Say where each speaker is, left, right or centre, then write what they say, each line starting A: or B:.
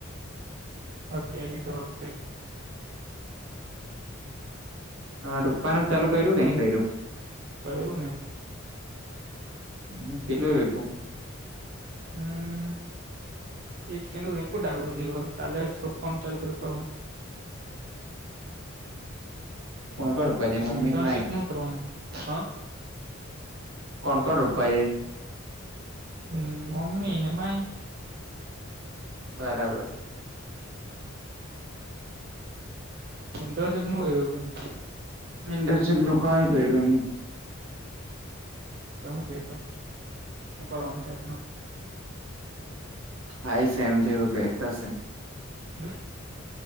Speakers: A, on the right; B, on the right.
A: હ કેડી ડોક
B: હ રૂપા ન ચાલુ કર્યું કે નઈ કર્યું
A: કર્યું ને
B: હમ કેટલો રપું
A: હમ એક કેનું રહીપ ડાબરું જ કાલે ટ્રોપ પણ ચાલુ કર હું
B: કોણ કરપ જ મમ્મીન
A: ઇન્ટર્નશીપ
B: માહિત
A: નું કરવાનું હા
B: કોણ કોણ રૂપા જાય
A: હ મમ્મી ને માાઈ
B: બરાબર
A: ઇન્ટર્નશીપ નું હોય રહ્યું કેમ
B: ન્ડસ્ટ્રી લોકોુકા હ કહી રહ
A: તો હું કતો શું કરવાનું તેમમાં
B: હાઈ સેમ જેવું ફહેરતાશે
A: હમ